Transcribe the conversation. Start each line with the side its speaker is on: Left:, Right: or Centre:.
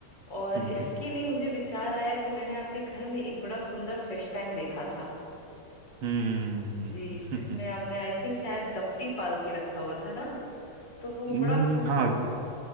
Left: और
Right: हम्म
Left: इसके लिए मुझे विचार आया कि मैंने आपके घर में एक बड़ा सुंदर फिश टैंक देखा था
Right: हम्म
Left: जी
Right: हम्म,
Left: जिसमें आपने आई थिंक शायद गप्पी पाल के रखा हुआ था ना तो वो
Right: हम्म,
Left: बड़ा खूब
Right: हाँ